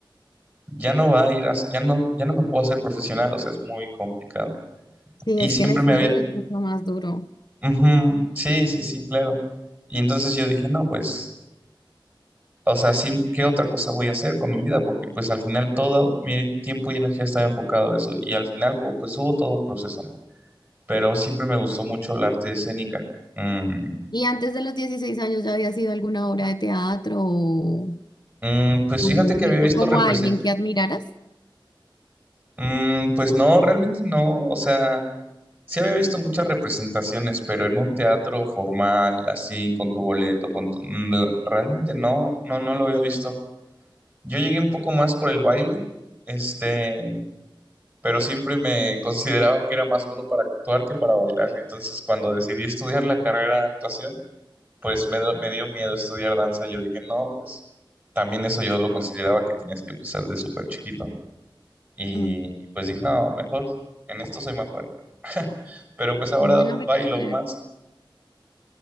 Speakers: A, on the right; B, on the left.
A: ya no va a ir a, ya no, ya no me puedo hacer profesional, o sea, es muy complicado.
B: Sí,
A: Y
B: es
A: siempre
B: que en el
A: me
B: fútbol
A: había,
B: es mucho más duro.
A: Ujú, sí, sí, sí, claro. Y entonces yo dije, no, pues, o sea, sí, ¿qué otra cosa voy a hacer con mi vida? Porque pues al final todo mi tiempo y energía estaba enfocado a eso. Y al final, como, pues hubo todo un proceso, ¿no? Pero siempre me gustó mucho el arte escénica. Mm,
B: ¿Y antes de los 16 años ya había sido alguna obra de teatro o
A: mm, pues fíjate
B: habías
A: que
B: visto
A: había visto
B: como
A: represent...
B: a alguien que admiraras?
A: Mm, pues no, realmente no, o sea... Sí había visto muchas representaciones, pero en un teatro formal, así, con tu boleto, con tu... mm, la- Realmente no, no, no lo había visto. Yo llegué un poco más por el baile, este, pero siempre me <laughs> consideraba que era más bueno para actuar que para bailar. Entonces, cuando decidí estudiar la carrera de actuación, pues me, do- me dio miedo estudiar danza. Yo dije, no, pues también eso yo lo consideraba que tenías que empezar de súper chiquito. Y,
B: Mm,
A: y pues dije, no, mejor en esto soy más bueno. Pero pues ahora
B: Bueno, pero
A: bailo
B: chévere.
A: más.